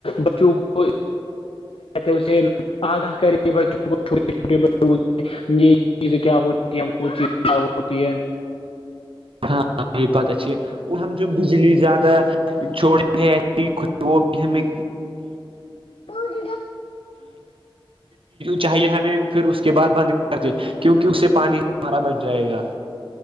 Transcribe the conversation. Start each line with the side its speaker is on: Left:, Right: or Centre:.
Left: بچوں کو اسے آگاہ کرے بچوں کو چھوٹےھوٹے یہ چیزیں کیا ہوتی ہے وہ چیز کیا ہوتی ہے
Right: ہاںاں یہی بات اچھی ہے وہ ہم جو بجلی زیادہ چھوڑے ہیں ایسی وہ بھی ہمیں
Left: ب ج
Right: چاہیے ہمیں پھر اس کے بعد بند کر دے کیونکہ اس سے پانی ہمارا بچ جائے گا